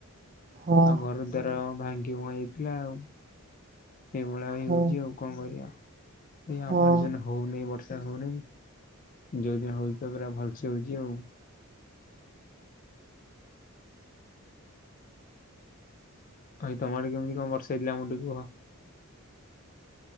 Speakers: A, on the right; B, on the left.
A: ହଁ
B: ଆଉ ଘର ଦ୍ଵାର ଭାଙ୍ଗି ଭୁଆ ଯାଇଥିଲା ଆଉ। ଏଇଭଳିଆ ବି
A: ହଁ
B: ହଉଛି ଆଉ କଣ କରିବା ଏ
A: ହଁ
B: ଆମର ଯେନ ହଉନି ବର୍ଷା ହଉନାହିଁ ଯୋଉଦିନ ହଉଛି ତ ପୁରା ଭଲସେ ହଉଛି ଆଉ। ଭାଇ ତମ ଆଡ଼େ କେମିତି କଣ ବର୍ଷା ହେଇଥିଲା ଆମକୁ ଟିକେ କୁୁହ।